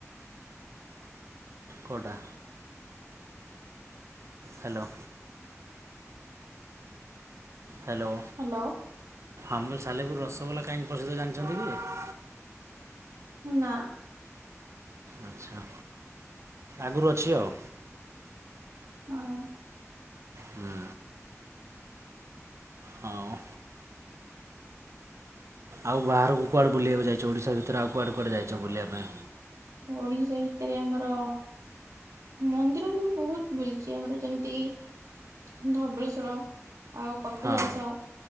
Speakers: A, on the right; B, on the right.
A: କୋଉଟା? ହାଲୋ। ହାଲୋ।
B: ହାଲୋ।
A: ଆମ ସାଲେପୁର ରସଗୋଲା କାହିଁକି ପ୍ରସିଦ୍ଧ ଜାଣିଛନ୍ତି କି?
B: ନା।
A: ଆଚ୍ଛା। ଆଗରୁ ଅଛି ଆଉ।
B: ହଁ।
A: ହୁଁ ହଁ। ଆଉ ବାହାରକୁ କୁଆଡ଼େ ବୁଲିବାକୁ ଯାଇଛ, ଓଡିଶା ଭିତରେ ଆଉ କୁଆଡେ କୁଆଡେ ଯାଇଛ ବୁଲିବା ପାଇଁ?
B: ଓଡିଶା ଭିତରେ ଆମର ମନ୍ଦିର ମୁଁ ବୋହୁତ୍ ବୁଲିଛି ଆମର ଯେମିତି କ ଧବଳେଶ୍ଵର ଆଉ କପିଳାସ
A: ହଁ